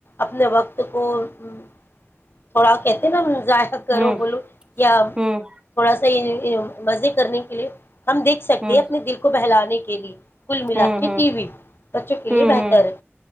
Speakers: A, on the left (about 55°); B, on the right (about 20°).
A: اپنے وقت کو تھوڑا کہتے نا ظاہر کرو
B: ہوں
A: بولو یا
B: ہوں
A: تھوڑا سا یہ مزے کرنے کے لیے ہم دیکھ سکتے
B: ہوں
A: ہیں اپنے دل کو بہلانے کے کےلی کل ملا
B: ہوں
A: کے
B: ہوں
A: ٹی وی بچوں کے لیے
B: ہوں
A: بہتر
B: ہوں
A: ہے